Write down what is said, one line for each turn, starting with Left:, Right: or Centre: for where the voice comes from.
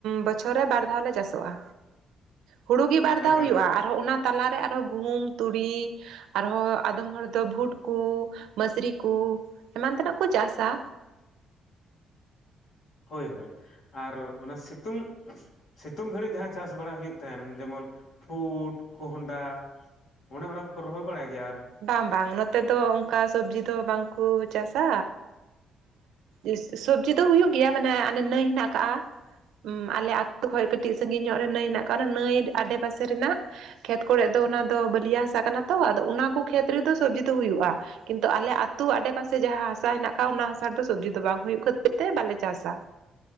Right: ᱵᱚᱪᱷᱚᱨ ᱨᱮ ᱵᱟᱨ ᱫᱷᱟᱣᱞ ᱞᱮ ᱪᱟᱥᱚᱜᱼᱟ ᱦᱩᱲᱩ ᱜᱮ ᱵᱟᱨ ᱫᱷᱟᱣ
Left: ᱮᱠᱟᱞ
Right: ᱦᱩᱭᱩᱜᱼᱟ
Left: ᱮᱠᱟᱞ
Right: ᱟᱨᱦᱚᱸ ᱚᱱᱟ ᱛᱟᱞᱟᱨᱮ ᱟᱨᱦᱚᱸ ᱜᱩᱦᱩᱢ ᱛᱩᱲᱤ ᱟᱨᱦᱚᱸ ᱟᱫᱚᱢ ᱦᱚᱲ ᱫᱚ ᱵᱷᱩᱴ ᱠᱩ ᱢᱟᱹᱥᱨᱤ ᱠᱚ ᱮᱢᱟᱱ ᱛᱮᱱᱟᱜ ᱠᱚ ᱪᱟᱥᱟ
Left: ᱦᱳᱭ ᱦᱳᱭ ᱟᱨ ᱚᱱᱟ ᱥᱤᱛᱩᱝ ᱥᱤᱛᱩᱝ ᱜᱷᱟᱹᱲᱤᱡ ᱡᱟᱦᱟᱸ ᱪᱟᱥ ᱵᱟᱲᱟ ᱦᱩᱭᱩᱜ ᱛᱟᱦᱮᱸᱱ ᱡᱮᱢᱚᱱ ᱯᱷᱩᱰ ᱠᱚᱸᱦᱚᱱᱰᱟ ᱚᱱᱮ ᱚᱱᱟ ᱠᱚ ᱨᱚᱦᱚᱭ ᱵᱟᱲᱟᱭ ᱜᱮᱭᱟ ᱟᱨ
Right: ᱵᱟᱝ ᱵᱟᱝ ᱱᱚᱛᱮ ᱫᱚ ᱚᱱᱠᱟ ᱥᱚᱵᱡᱤ ᱫᱚ ᱵᱟᱝᱠᱚ ᱪᱟᱥᱟ ᱮᱸ ᱥᱚᱵᱡᱤ ᱫᱚ ᱦᱩᱭᱩᱜ ᱜᱮᱭᱟ ᱢᱟᱱᱮ ᱟᱱᱮ ᱱᱟᱹᱭ ᱦᱮᱱᱟᱜ ᱠᱟᱜᱼᱟ ᱮᱸ ᱟᱞᱮ ᱟ ᱟᱹᱛᱩ ᱠᱷᱚᱡ ᱠᱟᱹᱴᱤᱡ ᱥᱟᱺᱜᱤᱧ ᱧᱚᱜ ᱨᱮ ᱱᱟᱹᱭ ᱦᱮᱱᱟᱜ ᱠᱟᱜ ᱚᱱᱟ ᱱᱟᱹᱭ ᱟᱰᱮ ᱯᱟᱥᱮ ᱨᱮᱱᱟᱜ ᱠᱷᱮᱛ ᱠᱚᱨᱮᱜ ᱫᱚ ᱚᱱᱟ ᱫᱚ ᱵᱟᱹᱞᱤᱭᱟ ᱦᱟᱥᱟ ᱠᱟᱱᱟ ᱛᱚ ᱟᱫᱚ ᱚᱱᱟ ᱠᱚ ᱠᱷᱮᱛ ᱨᱮᱫᱚ ᱥᱚᱵᱽᱡᱤ ᱫᱚ ᱦᱩᱭᱩᱜᱼᱟ ᱠᱤᱱᱛᱩ ᱟᱞᱮ ᱟᱹᱛᱩ ᱟᱰᱮ ᱯᱟᱥᱮ ᱡᱟᱦᱟᱸ ᱦᱟᱥᱟ ᱦᱮᱱᱟᱜ ᱟᱠᱟᱜ-ᱟ ᱚᱱᱟ ᱦᱟᱥᱟ ᱨᱮᱫᱚ ᱥᱚᱵᱽᱡᱤ ᱫᱚ ᱵᱟᱝ ᱦᱳᱭᱩᱜ ᱠᱷᱟᱹᱛᱤᱨ ᱛᱮ ᱵᱟᱞᱮ ᱪᱟᱥᱟ